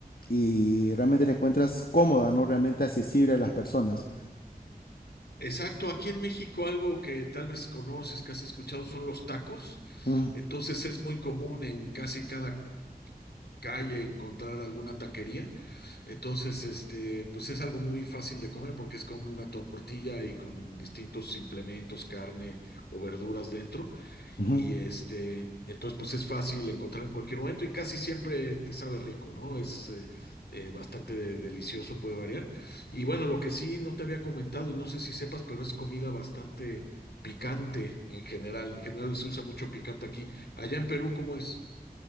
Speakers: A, on the left; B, on the left.
A: y realmente la encuentras cómoda, ¿no? Realmente accesible a las personas.
B: Exacto, aquí en México algo que tal vez conoces, que has escuchado son los tacos.
A: Mm,
B: Entonces es muy común en casi cada calle encontrar alguna taquería. Entonces, este, pues es algo muy fácil de comer porque es con una tortilla y con distintos implementos, carne o verduras dentro.
A: ujú.
B: Y este, entonces, pues es fácil encontrar en cualquier momento y casi siempre te sabe rico, ¿no? Es eh, eh, bastante de- delicioso, puede variar. Y bueno, lo que sí no te había comentado y no sé si sepas, pero es comida bastante picante en general. En general se usa mucho picante aquí. Allá en Perú, ¿cómo es?